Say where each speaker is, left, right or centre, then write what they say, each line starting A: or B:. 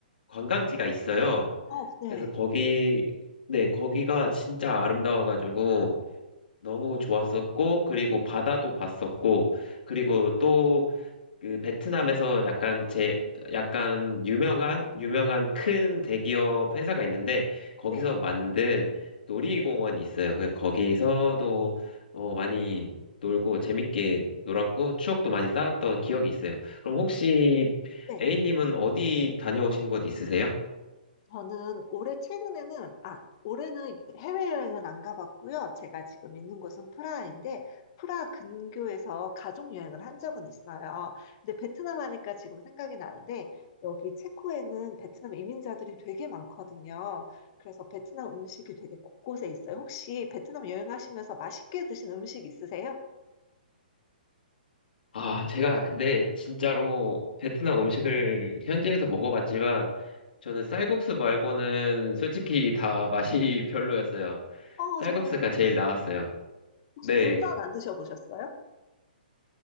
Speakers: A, on the left; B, on the left.
A: 관광지가 있어요.
B: 어, 네,
A: 그래서 거기, 네, 거기가 진짜 아름다워가지고 너무 좋았었고, 그리고 바다도 봤었고, 그리고 또 그 베트남에서 약간 제 약간 유명한 유명한 큰 대기업 회사가 있는데 거기서
B: 네,
A: 만든 놀이공원이 있어요. 그 거기서도 어 많이 놀고 재밌게 놀았고 추억도 많이 쌓았던 기억이 있어요. 그럼 혹시
B: 네.
A: A님은 어디 다녀오신 곳 있으세요?
B: 저는 올해 최근에는, 아, 올해는 해외여행은 안 가봤고요. 제가 지금 있는 곳은 프라하인데, 프라하 근교에서 가족여행을 한 적은 있어요. 근데 베트남 하니까 지금 생각이 나는데, 여기 체코에는 베트남 이민자들이 되게 많거든요. 그래서 베트남 음식이 되게 곳곳에 있어요. 혹시 베트남 여행하시면서 맛있게 드신 음식 있으세요?
A: 아, 제가 근데 진짜로 베트남 음식을 현지에서 먹어봤지만 저는 쌀국수 말고는 솔직히 다 맛이 <laughs> 별로였어요.
B: 어,
A: 쌀국수가
B: 정말요.
A: 제일 나았어요.
B: 혹시
A: 네.
B: 분짜 안 드셔보셨어요?